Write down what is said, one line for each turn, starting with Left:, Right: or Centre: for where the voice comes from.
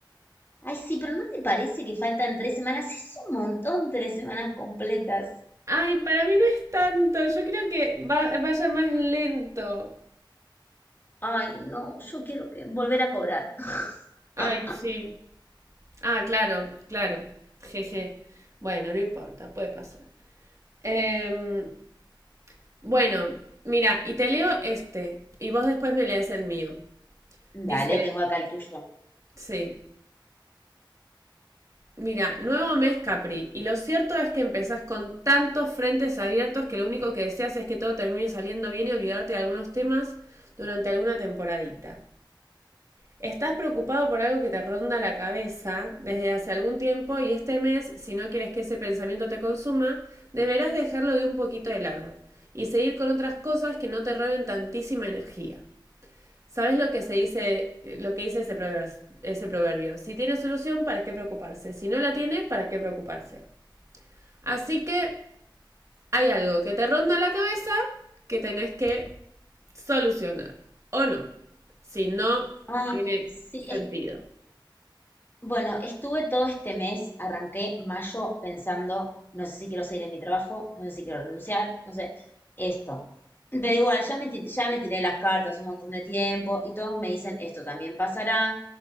Left: Ay, sí, pero ¿no te parece que faltan tres semanas? Es un montón tres semanas completas.
Right: Ay, para mí no es tanto, yo creo que va- vaya más lento.
Left: Ay, no, yo quiero que volver a cobrar. <laughs>
Right: Ay, sí. Ah, claro, claro. Jeje. Bueno, no importa, puede pasar. Em, Bueno, mira, y te leo este, y vos después me lees el mío. Dice,
Left: Dale, tengo acá el tuyo.
Right: sí, mira, nuevo mes Capri, y lo cierto es que empezás con tantos frentes abiertos que lo único que deseas es que todo termine saliendo bien y olvidarte de algunos temas durante alguna temporadita. Estás preocupado por algo que te ronda la cabeza desde hace algún tiempo y este mes, si no quieres que ese pensamiento te consuma, deberás dejarlo de un poquito de lado y seguir con otras cosas que no te roben tantísima energía. ¿Sabes lo que se dice, eh, lo que dice ese proverbio, ese proverbio? Si tiene solución, ¿para qué preocuparse? Si no la tiene, ¿para qué preocuparse? Así que hay algo que te ronda la cabeza que tenés que solucionar. ¿O no? Si no
Left: Ay,
Right: tiene
Left: sí,
Right: sentido.
Left: es Bueno, estuve todo este mes, arranqué mayo pensando, no sé si quiero seguir en mi trabajo, no sé si quiero renunciar, no sé, esto. Pero igual, ya me, ti- ya me tiré las cartas un montón de tiempo y todos me dicen, esto también pasará,